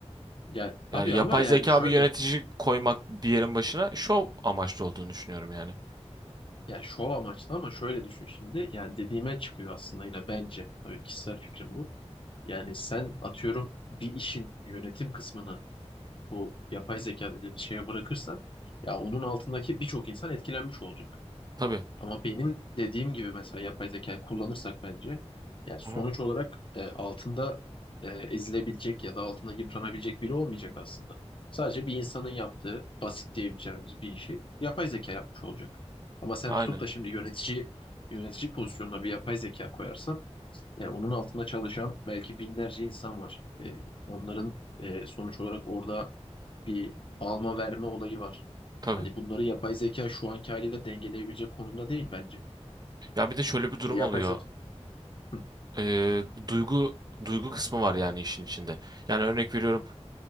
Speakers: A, on the left; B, on the right.
A: Yani
B: Yani
A: tabii
B: yapay
A: ama yani
B: zeka
A: şöyle
B: bir yönetici koymak bir yerin başına şov amaçlı olduğunu düşünüyorum yani.
A: yani şov amaçlı ama şöyle düşün şimdi. Yani dediğime çıkıyor aslında yine bence. Tabii kişisel fikrim bu. Yani sen atıyorum bir işin yönetim kısmını bu yapay zeka dediğimiz şeye bırakırsan ya onun altındaki birçok insan etkilenmiş olacak.
B: Tabii.
A: Ama benim dediğim gibi mesela yapay zeka kullanırsak bence yani sonuç
B: Aha.
A: olarak e, altında e, ezilebilecek ya da altında yıpranabilecek biri olmayacak aslında. Sadece bir insanın yaptığı basit diyebileceğimiz bir işi yapay zeka yapmış olacak. Ama sen
B: Aynen.
A: tutup da şimdi yönetici yönetici pozisyonuna bir yapay zeka koyarsan yani onun altında çalışan belki binlerce insan var. E, onların e, sonuç olarak orada bir alma verme olayı var.
B: Tabii.
A: Hani bunları yapay zeka şu anki haliyle dengeleyebilecek konumda değil bence.
B: Ya bir de şöyle bir durum
A: Yapay
B: oluyor.
A: zeka. Hı,
B: Ee, duygu duygu kısmı var yani işin içinde. Yani örnek veriyorum